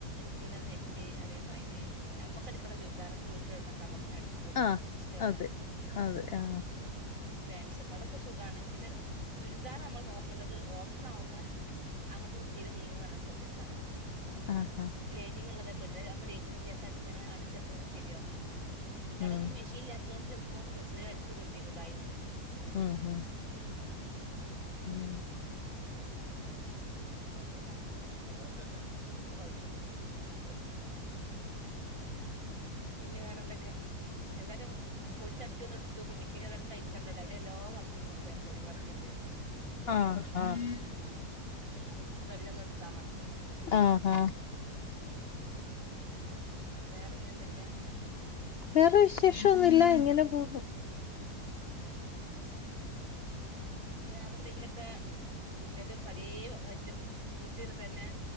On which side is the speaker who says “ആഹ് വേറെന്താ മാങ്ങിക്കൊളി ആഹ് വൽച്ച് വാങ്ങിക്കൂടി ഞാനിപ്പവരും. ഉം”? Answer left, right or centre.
Right